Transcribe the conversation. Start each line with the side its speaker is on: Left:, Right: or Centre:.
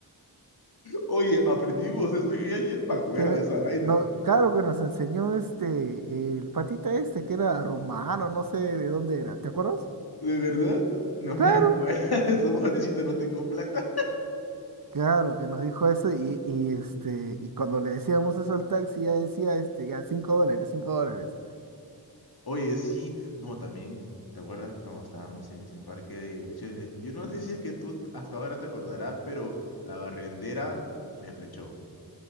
Left: Oye, aprendimos eso y ayer me
Right: Que,
Left: acuerdo
Right: que-
Left: de esa vaina.
Right: no, claro que nos enseñó este, el patita este, que era romano, no sé de dónde era. ¿Te acuerdas?
Left: ¿De verdad? No me
Right: Claro,
Left: acuerdo. <laughs> Eso, pobrecito, no tengo plata.
Right: claro, que nos dijo eso y, y este, y cuando le decíamos eso al taxi, ya decía este, ya cinco dólares, cinco dólares.
Left: Oye, sí. No, también, ¿te acuerdas cuando estábamos en ese parque de diversiones? Yo no sé si es que tú hasta ahora te acordarás, pero la barrendera me flechó.